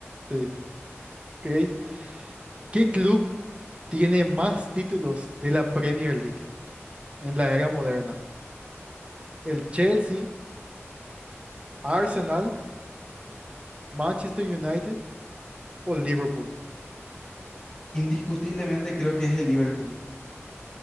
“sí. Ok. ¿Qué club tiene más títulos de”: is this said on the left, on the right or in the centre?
Right